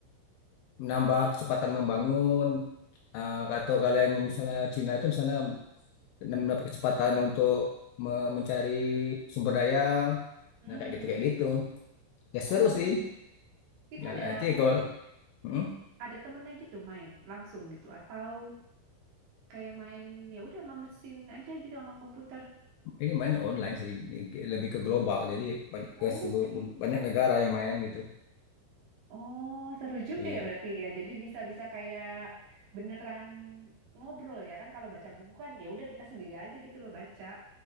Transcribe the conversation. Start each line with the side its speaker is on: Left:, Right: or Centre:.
Left: menambah kecepatan membangun Ah, atau kalian yang misalnya Cina itu misalnya dan mendapat kecepatan untuk me- mencari sumber daya
Right: Hmm.
Left: nah kayak gitu kayak gitu ya
Right: Oh,
Left: seru sih
Right: itu
Left: nah
Right: ada
Left: nanti kalau Hmm,
Right: ada temennya gitu main langsung gitu atau kayak main ya udah sama mesin aja gitu sama komputer.
Left: ini mainnya online sih lebih ke global jadi banyak
Right: Oke.
Left: ke seluruh banyak negara yang main gitu
Right: Oh, seru juga
Left: iya
Right: ya berarti ya. Jadi bisa-bisa kayak beneran ngobrol ya kan kalau baca buku kan ya udah kita sendiri aja gitu loh baca.